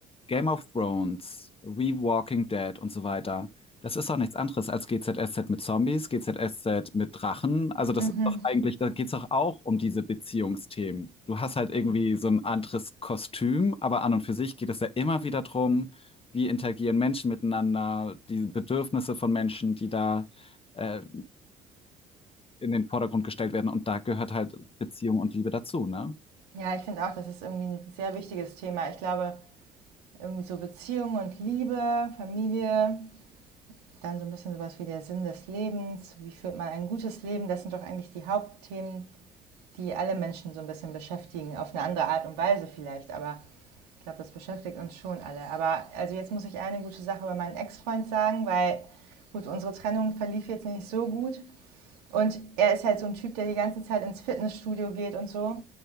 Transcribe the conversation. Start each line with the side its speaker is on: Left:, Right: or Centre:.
Left: Game of Thrones, We Walking Dead und so weiter, das ist doch nichts anderes als GZSZ mit Zombies, GZSZ mit Drachen. Also das
Right: mhm.
Left: ist doch eigentlich, da geht's doch auch um diese Beziehungsthemen. Du hast halt irgendwie so ein anderes Kostüm, aber an und für sich geht es ja immer wieder drum, wie interagieren Menschen miteinander, die Bedürfnisse von Menschen, die da äh, in den Vordergrund gestellt werden und da gehört halt Beziehung und Liebe dazu, ne?
Right: Ja, ich finde auch, das ist irgendwie ein sehr wichtiges Thema. Ich glaube, irgendwie so Beziehung und Liebe, Familie, dann so ein bisschen sowas wie der Sinn des Lebens, wie führt man ein gutes Leben, das sind doch eigentlich die Hauptthemen, die alle Menschen so ein bisschen beschäftigen, auf eine andere Art und Weise vielleicht, aber Ich glaube, das beschäftigt uns schon alle. Aber also jetzt muss ich eine gute Sache über meinen Ex-Freund sagen, weil gut, unsere Trennung verlief jetzt nicht so gut. Und er ist halt so ein Typ, der die ganze Zeit ins Fitnessstudio geht und so.